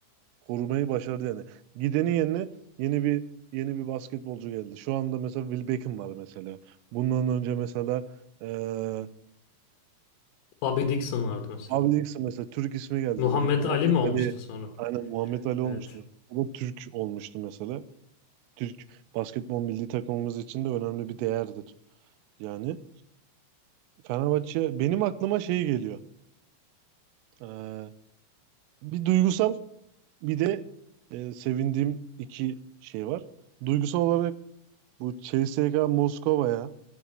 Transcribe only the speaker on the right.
korumayı başardı yani. Gidenin yerine yeni bir yeni bir basketbolcu geldi. Şu anda mesela Will Beckham var mesela. Bundan önce mesela eee
Bobby Dixon mesela Türk ismi geldi
direkt. Muhammed
Ali
aynen Muhammed Ali
olmuştu mesela. O da Türk olmuştu mesela. Türk basketbol milli takımımız için de önemli bir değerdir. Yani Fenerbahçe benim aklıma şey geliyor. Eee, bir duygusal bir de eee, sevindiğim iki şey var. Duygusal olarak bu CSKA Moskova'ya